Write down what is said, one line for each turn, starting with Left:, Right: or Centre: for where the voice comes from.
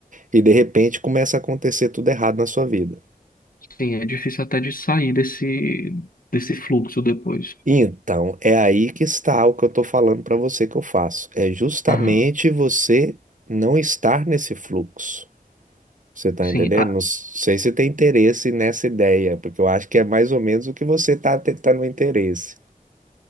Right: e de repente começa a acontecer tudo errado na sua vida.
Left: Sim, é difícil até de sair desse, desse fluxo depois.
Right: Então, é aí que está o que eu estou falando para você que eu faço. É justamente
Left: Aham.
Right: você não estar nesse fluxo. Você está
Left: Sim,
Right: entendendo?
Left: a,
Right: Não sei se tem interesse nessa ideia, porque eu acho que é mais ou menos o que você está tentando interesse.